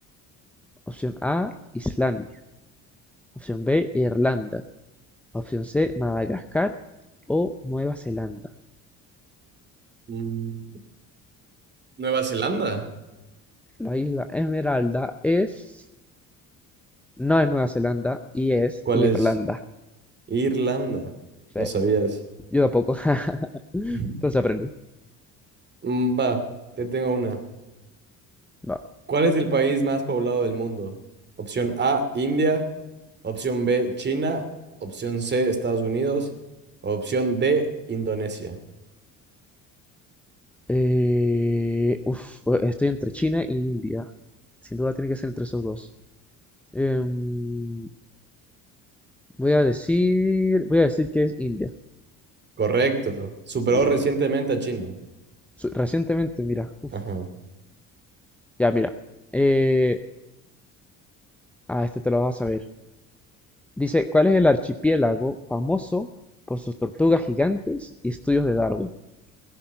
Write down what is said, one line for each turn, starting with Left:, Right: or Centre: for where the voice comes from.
Centre: Opción A, Islandia. Opción B, Irlanda. Opción C, Madagascar o Nueva Zelanda.
Right: Mm, ¿Nueva Zelanda?
Centre: La isla Esmeralda es No es Nueva Zelanda y es
Right: ¿Cuál
Centre: Irlanda.
Right: es? Irlanda.
Centre: Sí,
Right: No sabías.
Centre: yo tampoco. <laughs>
Right: <laughs>
Centre: Entonces aprendí.
Right: Mm, Va, te tengo una.
Centre: No.
Right: ¿Cuál es el país más poblado del mundo? Opción A, India. Opción B, China. Opción C, Estados Unidos. Opción D, Indonesia.
Centre: Eh, uf, estoy entre China e India. Sin duda tiene que ser entre esos dos. Em, voy a decir, voy a decir que es India.
Right: Correcto. Superó
Centre: Bien.
Right: recientemente a China.
Centre: Su- Recientemente, mira, uf,
Right: Ajá.
Centre: ya mira. Eh, ah, este te lo vas a saber. Dice, ¿cuál es el archipiélago famoso por sus tortugas gigantes y estudios de Darwin? <laughs>